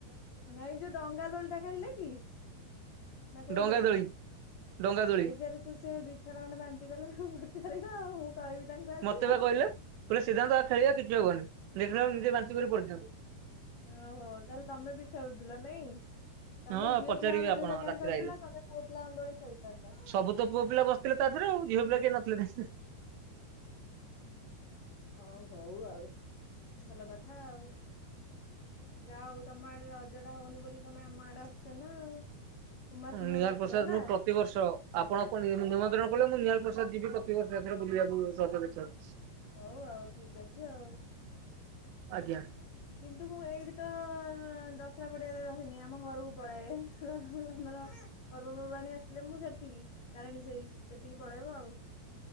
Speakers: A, on the left; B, on the right.
A: ନାଇଁ ଯୋଉ ଡଙ୍ଗା ଦୋଳି ଟା ଖେଳିଲେ କି? ନା କୋଉଦୋଳି?
B: ଡଙ୍ଗା ଦୋଳି ଡଙ୍ଗା
A: ସେଇଠାରେ
B: ଦୋଳି
A: ତ ସେ ଦି ଦି ଥର ଖଣ୍ଡେ ବାନ୍ତିି କଲେ, ତାକୁ ପଚାରିବ ଆଉ। କହିବି ତାଙ୍କୁ ଆଜି
B: ମତେ ବା
A: ଆଉ।
B: କହିଲେ। କହିଲେ ସିଦ୍ଧାନ୍ତ ଆ ଖେଳିବା କିଛି ହବନି। ଦେଖିଲା ବେଳକୁ ନିଜେ ବାନ୍ତି କରି ପଡିଛନ୍ତି।
A: ଓହୋ ତାହଲେ ତମେ ବି ଖେଳୁଥିଲ। ନାଇଁ? ତମେ
B: ହଁ
A: ଝିଅ
B: ପଚାରିବେ
A: ପିଲାଙ୍କ ଦୋଳି
B: ଆପଣ
A: ଗୁଡା କାହିଁ
B: ରାତିରେ
A: ଖେଳୁଥିଲ?
B: ଆଇଲେ।
A: ତମେ ପୁଅ ପିଲାଙ୍କ ଦୋଳି ଖେଳିଥାନ୍ତ।
B: ସବୁ ତ ପୁଅ ପିଲା ବସିଥିଲେ ତା ଦେହରେ ଆଉ। ଝିଅ ପିଲା କେହି ନଥିଲେ।
A: ହଉ ହଉ ଆଉ। ଭଲ କଥା ଆଉ। ଯା ହୋଉ ତମ ଆଡେ ରଜ ଟା ହଉନି ବୋଲି, ତମେ ଆମ ଆଡେ ଆସୁଛ ନା ଆଉ। କୁମାର ପୂର୍ଣ୍ଣିମାକୁ
B: ନିଆଲ
A: ଆସିବ
B: ପ୍ରସାଦ
A: ହେଲା
B: ମୁଁ ପ୍ରତିବର୍ଷ, ଆପଣ କଣ ନିମନ୍ତ୍ରଣ କଲେ ମୁଁ ନିଆଲ ପ୍ରସାଦ ଯିବି ପ୍ରତିବର୍ଷ, ଏଥର ବୁଲିବାକୁ ରଜ ଦେଖିବାକୁ। <inaudible>
A: ହଉ ଆଉ, ଠିକ୍ ଅଛି ଆଉ।
B: ଆଜ୍ଞା।
A: କିନ୍ତୁ ମୁଁ ଏଇଠି ତ ଦଶରା ପଡିଆରେ ରହିନି, ଆମ ଘରକୁ ପଳାଏ। ଆମର ପର୍ବପର୍ବାଣୀ ଆସିଲେ ମୁଁ ସେଠିକି, ତାରିଣୀ ସେଇ, ସେଠିକି ପଳେଇବ ଆଉ।